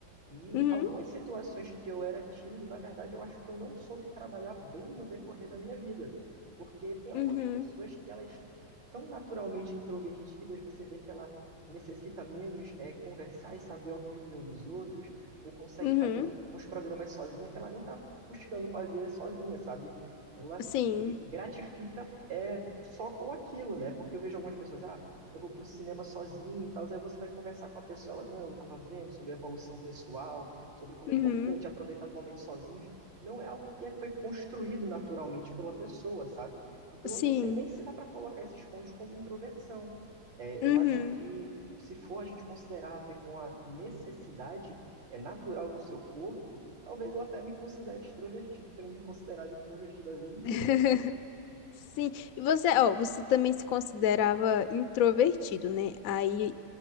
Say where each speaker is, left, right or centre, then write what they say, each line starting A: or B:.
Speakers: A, on the right (about 70°); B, on the left (about 60°).
A: E
B: Uhum,
A: algumas situações que eu era tímido, na verdade, eu acho que eu não soube trabalhar bem no decorrer da minha vida. Porque tem algumas
B: uhum,
A: pessoas que elas são naturalmente introvertidas, você vê que ela necessita menos é, conversar e saber a opinião dos outros, ou consegue
B: uhum.
A: fazer uns programas sozinha que ela nem está buscando fazer sozinha, sabe? Ela
B: Sim,
A: se gratifica é, só com aquilo, né? Porque eu vejo algumas pessoas, ah, eu vou pro cinema sozinho e tal. Aí você vai conversar com a pessoa, ela, não, eu estava vendo sobre a evolução pessoal, sobre como
B: uhum,
A: é importante aproveitar momentos sozinhos. Não é algo que é- foi construído naturalmente pela pessoa, sabe? Então
B: sim,
A: eu não sei nem se dá para colocar esses pontos como introversão. É,
B: uhum.
A: eu acho que se for a gente considerar a ver com a necessidade é, natural do seu corpo, talvez eu até me considere extrovertido, tendo me considerado introvertido a vida inteira,
B: <laughs>
A: sabe?
B: Sim, e você, ó, você também se considerava introvertido, né? Aí